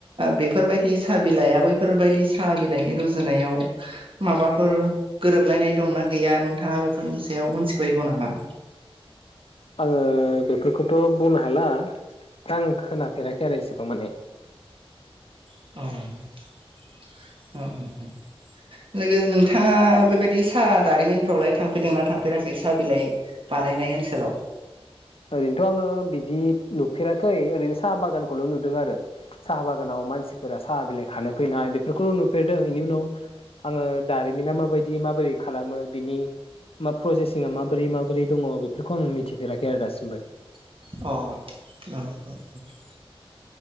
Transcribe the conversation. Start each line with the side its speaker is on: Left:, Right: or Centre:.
Right: बेफोरबायदि साहा बिलाइआ बैफोरबायदि साहा बिलाइनि रुजुनायाव माबाफोर गोरोबलायनाय दंना गैया नोंथाङा बेफोरनि सायाव मोनथिबायगौ नामा?
Left: आङो बेफोरखौथ' बुंनो हाला दा आं खोनाफेराखै आरो एसेबां माने
Right: <unintelligible> लोगो नोंथाङा बेबायदि साहा दारिमिनफ्रावलाय थांफेरदों ना थांफेराखै साहा बिलाइ बानायनाय ओनसोलाव
Left: ओरैनोथ' आङो बिदि नुफेराखै ओरैनो साहा बागानखौल' नुदों आरो। साहा बागानाव मानसिफोरा साहा बिलाइ खानो फैनाय बेफोरखौल' नुफेरदों। बेनि उनाव आङो दारिमिना माबायदि माबोरै खालामो बिनि मा प्रसेसिंआ माबोरै -माबोरै दङ बेफोरखौ आं मिथिफेराखै आरो दासिमबो।
Right: अह औ औ।